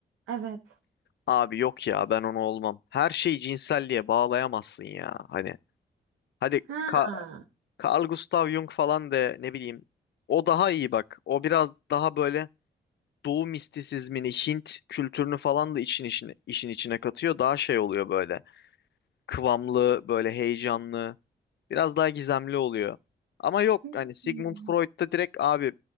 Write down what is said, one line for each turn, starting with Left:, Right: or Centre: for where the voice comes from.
Right: Evet.
Left: Abi yok ya ben onu olmam. Her şeyi cinselliğe bağlayamazsın ya. Hani hadi
Right: Ha.
Left: Ka- Carl Gustav Jung falan de ne bileyim. O daha iyi bak. O biraz daha böyle Doğu mistisizmini, Hint kültürünü falan da işin, işin, işin içine katıyor. Daha şey oluyor böyle. Kıvamlı, böyle heyecanlı. Biraz daha gizemli oluyor. Ama yok
Right: Hmm,
Left: hani Sigmund Freud'da direkt abi